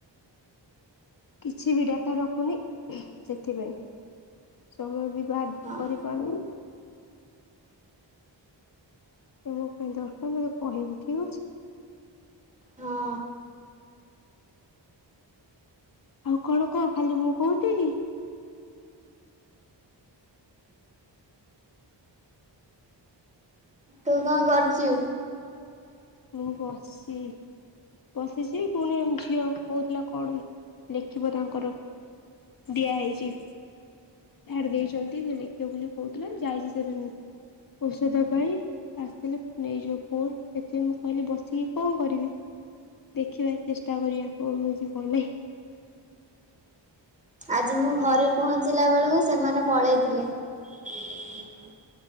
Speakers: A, on the left (about 50°); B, on the right (about 15°).
A: କିଛି ବି ଡାଟା ରଖୁନି ସେଥିପାଇଁ ସମୟ ବି ବାହାର
B: ହଁ
A: କରିପାରୁନି । ତ ମୋ ପାଇଁ ଦରକାର ମୋତେ କହିବୁ ଠିକ ଅଛି।
B: ହଁ,
A: ଆଉ କଣ କହ ଖାଲି ମୁଁ କହୁଥିବି।
B: ତୁ କଣ କରୁଚୁ?
A: ମୁଁ ବସିଚି ବସିଚି ପୁଣି ଝିଅ କହୁଥିଲା କଣ ଲେଖିବ ତାଙ୍କର ଦିଆ ହେଇଛି। ଛାଡି ଦେଇଛନ୍ତି ସେ ଲେଖିବ ବୋଲି କହୁଥିଲା ଯାଇଛି ସେ ଓଷଧ ପାଇଁ ଆସିଲେ ନେଇଯିବ ଫୋନ ସେଥିପାଇଁ ମୁଁ କହିଲି ବସିକି କଣ କରିବି ଦେଖିବା ଚେଷ୍ଟା କରିବା କଣ ହଉଛି କଣ ନାଇଁ।
B: ଆଜି ମୁଁ ଘରେ ପହଞ୍ଚିଲା ବେଳକୁ ସେମାନେ ପଳେଇଥିଲେ ।